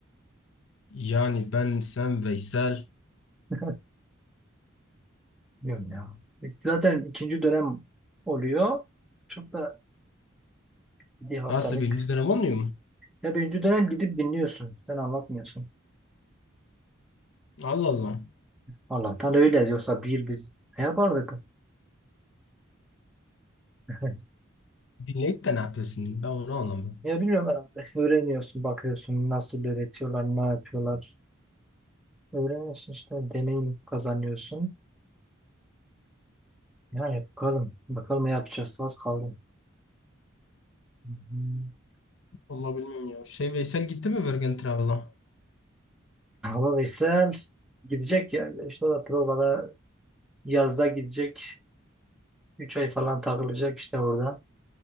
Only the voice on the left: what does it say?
Yani ben sen Veysel.
Nasıl birinci dönem olmuyor mu?
Allah Allah.
Dinleyip de ne yapıyorsun? Ben onu anlamıyorum.
Vallahi bilmiyorum ya. Şey Veysel gitti mi Virgin Travel'a?